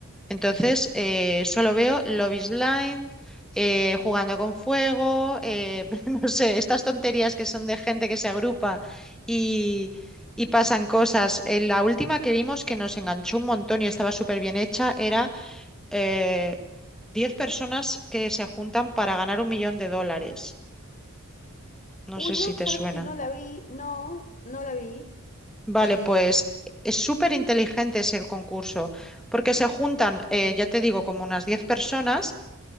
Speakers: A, in the centre; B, on the left.
A: Entonces, eh, solo veo Love is Blind, eh, jugando con fuego, eh, <laughs> no sé, estas tonterías que son de gente que se agrupa y, y pasan cosas. Eh, la última que vimos que nos enganchó un montón y estaba súper bien hecha era eh, 10 personas que se juntan para ganar un millón de dólares.
B: Uy,
A: No sé
B: no,
A: si
B: sabes
A: te suena.
B: que no la vi, no, no la vi.
A: Vale,
B: Eh,
A: pues es súper inteligente ese concurso, porque se juntan, eh, ya te digo, como unas diez personas